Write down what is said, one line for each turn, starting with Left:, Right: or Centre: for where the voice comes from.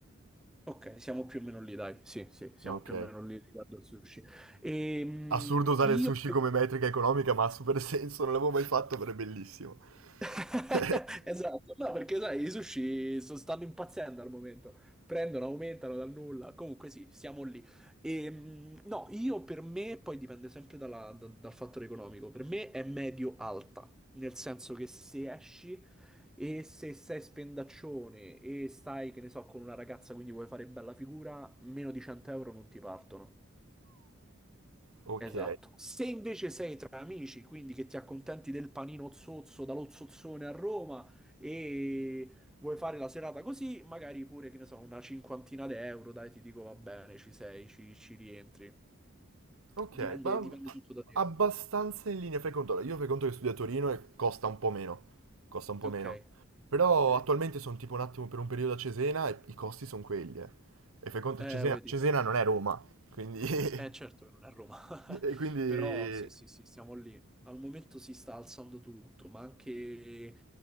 Centre: Ok, siamo più o meno lì, dai. Sì, sì, siamo
Right: Ok.
Centre: più o meno lì riguardo al sushi. Ehm,
Right: Assurdo usare
Centre: io...
Right: il sushi come metrica economica, ma ha super senso, non l'avevo mai fatto, però è bellissimo.
Centre: <laughs>
Right: <laughs>
Centre: Esatto, no, perché sai, i sushi so- stanno impazzendo al momento. Prendono, aumentano dal nulla. Comunque sì, siamo lì. Ehm, no, io per me, poi dipende sempre dalla- da- dal fattore economico, per me è medio-alta, nel senso che se esci e se sei spendaccione e stai, che ne so, con una ragazza, quindi vuoi fare bella figura, meno di 100 euro non ti partono.
Right: Ok,
Centre: Esatto. Se invece sei tra amici, quindi che ti accontenti del panino zozzo dallo zozzone a Roma e vuoi fare la serata così, magari pure, che ne so, una cinquantina di euro, dai, ti dico va bene, ci sei, ci, ci rientri.
Right: ok,
Centre: Dipende,
Right: ma
Centre: dipende tutto da te.
Right: abbastanza in linea, fai conto. allora, Io fai conto che studio a Torino e costa un po' meno, costa un po'
Centre: Ok,
Right: meno. Però
Centre: ok.
Right: attualmente sono tipo un attimo per un periodo a Cesena e i costi sono quelli, eh. E fai conto
Centre: Eh,
Right: che Cesena,
Centre: vedi.
Right: Cesena non è Roma, quindi... <laughs>
Centre: Eh certo che non è Roma, <laughs>
Right: e quindi
Centre: però sì sì sì, siamo lì. Al momento si sta alzando tutto, ma anche,